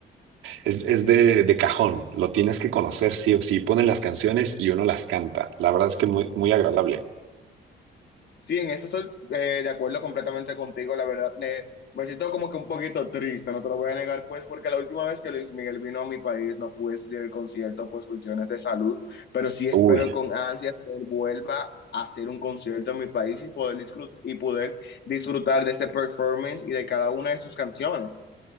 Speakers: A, on the right; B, on the left.
A: es, es de, de cajón. Lo tienes que conocer sí o sí. Ponen las canciones y uno las canta. La verdad es que muy, muy agradable.
B: Sí, en eso estoy eh, de acuerdo completamente contigo, la verdad. eh, me siento como que un poquito triste, no te lo voy a negar, pues, porque la última vez que Luis Miguel vino a mi país no pude asistir al concierto por cuestiones de salud, pero sí espero
A: Uy.
B: con ansias que él vuelva a hacer un concierto en mi país y poder, disfrut- y poder disfrutar de ese performance y de cada una de sus canciones.